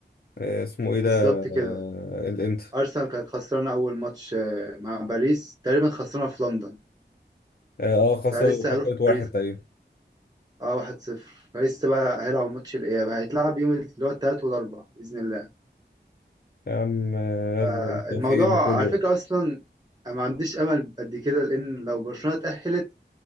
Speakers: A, on the left (about 55°); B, on the right (about 20°).
A: آه، اسمه ايه ده
B: بالظبط
A: آه
B: كده
A: الانتر
B: أرسنال كانت خسرانة أول ماتش آه، مع باريس تقريبا خسرانة في لندن
A: اه آه، خسروا
B: فلسه
A: خسرت
B: هيروح
A: واحد
B: باريس
A: تقريبا
B: اه 1-0 فلسه بقى هيلعب ماتش الإياب هيتلعب يوم ال- اللي هو التلات والأربع بإذن الله
A: يا عم آه،
B: فالموضوع
A: يلا بالتوفيق لكله
B: على فكرة أصلا أنا ما عنديش أمل قد كده لأن لو برشلونة اتأهلت